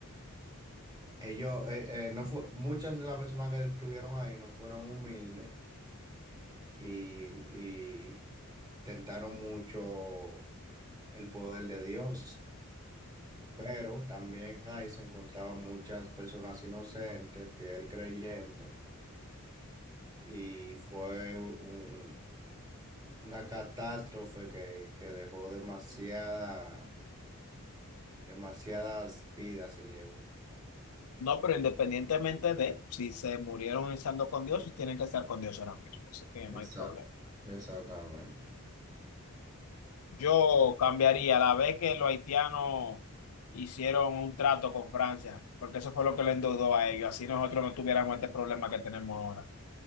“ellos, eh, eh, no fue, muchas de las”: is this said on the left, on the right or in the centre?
Right